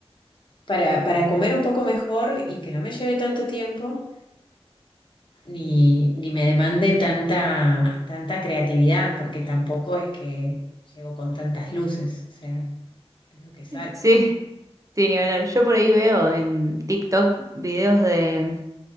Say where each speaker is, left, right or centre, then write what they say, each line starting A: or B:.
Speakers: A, on the left; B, on the right.
A: para, para comer un poco mejor y que no me lleve tanto tiempo. ni, ni me demande tanta, tanta creatividad, porque tampoco es que llego con tantas luces, o sea, es lo que sale.
B: Sí, sí, ni hablar. Yo por ahí veo en TikTok videos de,